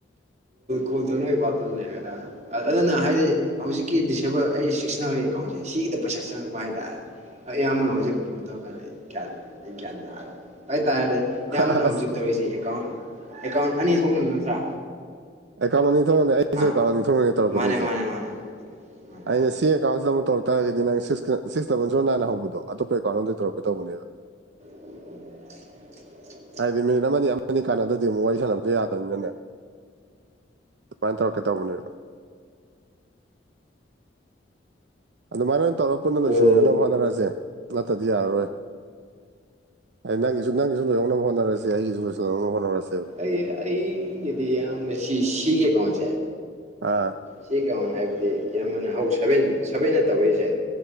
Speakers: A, on the right (about 40°); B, on the right (about 65°).
A: ꯀꯣꯇꯅꯣꯏ ꯄꯠꯇ ꯂꯩꯕꯅ ꯑꯗꯨꯅ ꯍꯥꯏꯗꯤ ꯍꯧꯖꯤꯛꯀꯤ ꯗꯤꯁꯑꯦꯕꯜ ꯑꯩ ꯁꯤꯛꯁꯅ ꯍꯧꯔꯛꯏ ꯑꯦꯀꯥꯎꯟꯁꯦ ꯁꯤꯗ ꯄꯩꯁꯥ ꯆꯪꯉꯛꯄ ꯍꯥꯏꯇꯥꯔꯦꯅꯦ ꯑꯩ ꯑꯩ ꯑꯃꯅ ꯍꯧꯖꯤꯛ ꯐꯣꯟ ꯇꯧꯔꯀꯥꯟꯗ ꯑꯩ ꯒ꯭ꯌꯥꯟ ꯑꯩ ꯒ꯭ꯌꯥꯟ ꯇꯥꯔꯦ ꯑꯩ ꯇꯥꯔꯗꯤ ꯑꯌꯥꯝꯕꯅ
B: ꯑ ꯑꯁ
A: ꯍꯧꯖꯤꯛ ꯇꯧꯔꯤꯁꯤ ꯑꯦꯀꯥꯎꯟ ꯑꯦꯀꯥꯎꯟ ꯑꯅꯤ ꯊꯣꯛꯅ ꯅꯠꯇ꯭ꯔꯥ
B: ꯑꯦ ꯀꯔꯝꯕ ꯅꯤꯡꯊꯧꯅꯅꯤ ꯑꯩꯁꯨꯦ
A: ꯑꯥ
B: ꯀꯥꯝꯕ ꯅꯤꯡꯊꯧꯅꯅꯦ ꯇꯧꯔꯛꯀꯗꯣꯏꯁꯦ
A: ꯃꯥꯅꯦ ꯃꯥꯅꯦ ꯃꯥꯅꯦ ꯃꯥꯅꯦ
B: ꯑꯩꯅ ꯁꯤ ꯑꯦꯀꯥꯎꯟꯁꯤꯗ ꯑꯃꯨ ꯇꯧꯔꯛ ꯇꯔꯒꯗꯤ ꯅꯪ ꯁꯤꯛꯁ ꯁꯤꯁ ꯗꯕ ꯖꯤꯔꯣꯅꯥꯏꯟ ꯍꯧꯕꯗꯣ ꯑꯇꯞꯄ ꯑꯦꯀꯥꯎꯟ ꯑꯝꯗ ꯇꯧꯔꯀ ꯇꯧꯕꯅꯦꯕ
A: <inaudible>
B: ꯍꯥꯏꯗꯤ ꯃꯤꯅꯤꯠ ꯑꯃꯅꯤ ꯑꯃꯅꯤꯅꯤ ꯀꯥꯟꯅꯗꯗꯤ ꯑꯃꯨꯛ ꯋꯥꯔꯤ ꯁꯥꯟꯅꯕꯁꯨ ꯌꯥꯗꯕꯅꯤꯅꯅꯦ ꯀꯩꯅ ꯇꯧꯔꯛꯀꯦꯧꯕꯅꯦꯕ ꯑꯗꯨꯃꯥꯏꯅ ꯑꯣꯏꯅ ꯇꯧꯔꯒ ꯄꯨꯟꯅ
A: ꯀꯣꯜ
B: ꯂꯣꯏꯁꯤꯟꯃꯤꯟꯅꯅꯕ ꯍꯣꯠꯅꯔꯁꯦ ꯅꯠꯇ꯭ꯔꯗꯤ ꯌꯥꯔꯔꯣꯏ ꯍꯥꯏ ꯅꯪꯒꯤꯁꯨ ꯅꯪꯁꯨꯣꯏꯅꯅꯕꯣꯠꯅꯔꯁꯦ ꯑꯩꯒꯤꯁꯨ ꯂꯣꯏꯁꯤꯜꯍꯧꯅꯕ ꯍꯣꯠꯅꯔꯁꯦꯕ
A: ꯑꯩ ꯑꯩꯒꯤꯗꯤ ꯌꯥꯝꯅ ꯁꯤ ꯁꯤꯒꯦ ꯀꯩꯅꯣꯁꯦ
B: ꯑꯥ
A: ꯁꯤ ꯀꯩꯅꯣꯅ ꯍꯥꯏꯕꯗꯤ ꯏꯌꯥꯝꯕꯅ ꯍꯧꯛ ꯁꯕꯦꯟ ꯁꯕꯦꯟꯅ ꯇꯧꯔꯛꯏꯁꯦ